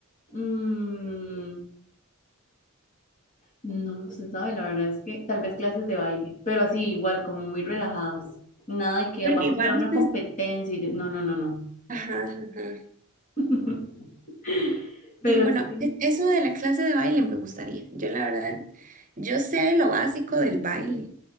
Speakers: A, on the left; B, on the right.
A: mm, no se sabe, la verdad es que tal vez clases de baile, pero así igual, como muy relajadas. Nada de que
B: Porque
A: vamos
B: igual
A: para una
B: usted...
A: competencia y de- no, no, no, no.
B: Ajá, ajá. ajá.
A: <laughs> Pero
B: Sí, bueno,
A: sí.
B: e- eso de la clase de baile me gustaría. Yo la verdad, yo sé lo básico del baile